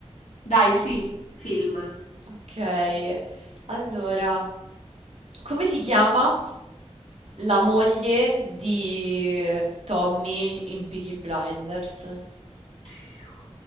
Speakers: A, on the left; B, on the right.
A: Dai, sì, film.
B: Ok. Allora, come si chiama? la moglie di eh, Tommy in Peaky Blinders.
A: Dio,